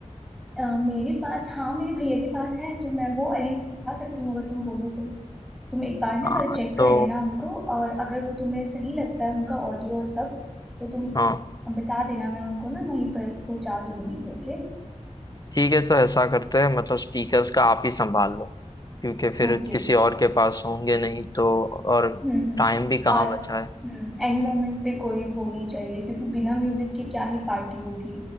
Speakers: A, in the centre; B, on the left (about 30°).
A: अ, मेरे पास हाँ मेरे भैया के पास है तो मैं वो अरेंज करा सकती हूँ अगर तुम बोलो तो तुम एक बार ना
B: हाँ
A: कल चेक कर
B: तो
A: लेना उनको और अगर वो तुम्हें सही लगता है उनका ऑडियो और सब तो तुम
B: हाँ
A: बता देना मैं उनको ना वहीं पर पहुंचा दूंगी Okay
B: ठीक है तो ऐसा करते हैं मतलब स्पीकर्स का आप ही संभाल लो क्योंकि फिर
A: okay
B: किसी
A: okay
B: और के पास होंगे नहीं तो और
A: हम्म हम्म
B: टाइम भी कहाँ
A: और हम्म
B: बचा है
A: एंड मोमेंट पे कोई वो नहीं चाहिए क्योंकि बिना म्यूजिक के क्या ही पार्टी होगी